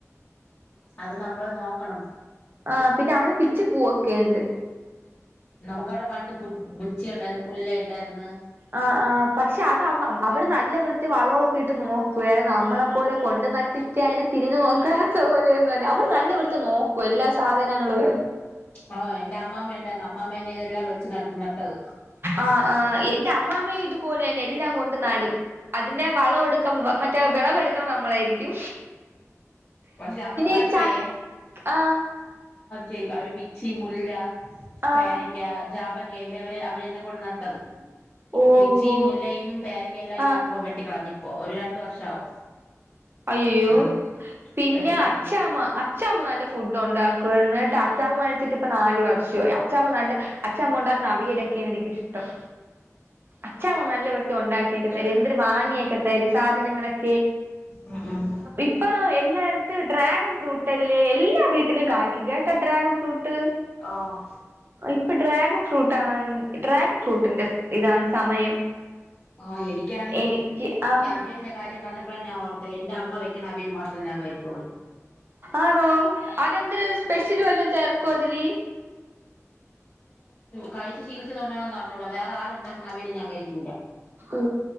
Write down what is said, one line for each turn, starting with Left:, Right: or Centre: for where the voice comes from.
Left: അത് നമ്മള് നോക്കണം
Right: ആ പിന്നെ അവിടെ പിച്ചി പൂവക്കെയൊണ്ട്
Left: നമുക്ക അവിടെ പണ്ട് പു ബുച്ചി ഒണ്ടാരുന്നു മുല്ല ണ്ടാരുന്ന്
Right: ആഹ് ആഹ് പക്ഷേ അത് അവട്നല്ലേ ഇവി ത്തി വളോക്കെ ഇട്ട് നോക്കുവേ നമ്മളെപ്പോലെ കൊണ്ട് നട്ടിട്ട് അയിനെ തിരിഞ്ഞു നോക്കാ ത്താ പോലെയൊന്നും അല്ല അവടെ നല്ല ഇടുത്ത് നോക്കും എല്ലാ സാധനങ്ങളുവേ
Left: ആഹ് എന്റെ അമ്മാമ്മ ഇണ്ടാന്നു അ മ്മാമ്മേനെ ഇതെല്ലാം വെച്ച് നട്ടത്
Right: ആഹ് ആഹ് എന്റെ അമ്മാമ്മയും ഇതുപോലെ തന്നെ എല്ലാം കൊണ്ട് നടും അതിന്റെ വളവെടുക്കം മറ്റേ വെളവെടുക്കണ നമ്മളാരിക്കും
Left: പക്ഷെ അമ്മമാച്ച
Right: ഈ ച
Left: എ
Right: ആഹ്
Left: ചെയ അവര് പിച്ചി മുല്ല
Right: ആഹ്
Left: പേരക്ക ജാമ ല്ല അവരെ അവര്ന്നെ കൊണ്ട് നട്ടുത്
Right: ഓ
Left: പിച്ചിയും
Right: ഓ
Left: മുല്ലയും പേരൊക്കെല്ലാം ഈ
Right: ആഹ്
Left: ആപ്പക വെട്ടിക്കളഞ്ഞി ഒര് രണ്ട വർഷാവും
Right: അയ്യൊപിന്നെ
Left: ആഹ് വെട്ടിക്കളഞ്ഞടി
Right: അച്ചാമ്മ അച്ചാമ്മ നല്ല ഫുഡ് ഉണ്ടാക്കുവയിരുന്നു എന്നിട്ട് അച്ചാാവ് മരിച്ചിട്ട് ഇപ്പ നാല് വർഷമായി അച്ചാ നല്ല അച്ചാമ്മ ഉണ്ടാക്കുന്ന അവിയലൊക്കെയാണ് എനിക്കഷ്ടം അച്ചാമ്മൻ നല്ല ഇവിടത്തെ ഉണ്ടാക്കിയൊക്കെ തരും എന്തൊരു വാങ്ങിയൊക്കെ തരും സാധനങ്ങളൊക്കെ
Left: ഉം ഉം
Right: ഇപ്പൊ എല്ലാ ഇടത്തും ട്രക് ഫ്രൂട്ട എല്ലാ വീട്ടു കയിക്കും കേട്ടാ ഡ്രാഗൺ ഫ്രൂട്ട്
Left: ഓഹ്
Right: ഇപ്പൊ ഡ്രാഗൺ ഫ്രൂട്ട ആണ് ഡ്രാഗൺ ഫ്രൂട്ടിന്റെ ഇതാണ് സമയം
Left: ആ എനിക്കാണെങ്കിൽ
Right: എനിക്ക് ആ
Left: ഈ അവിയൽ കാര്യം പറഞ്ഞപ്പോഴ ഞാ ഓർത്തത് എന്റെ അമ്മ വ ക അവയി മാത്രേ ഞാൻകഴിക്കൊള്ളൂ
Right: ആണോ അതെന്തരു സ്പെഷ്യൽ വല്ലാം ചേർ കൊതിലി
Left: കഴിച്ചു ശീലിച്ചത്തുണ്ടോന്ന്റിഞ്ഞൂട വേറെ ആരു ഉണ്ടാക്കുന്ന അവിയൽ ഞാൻ കഴിക്കൂല
Right: ഓ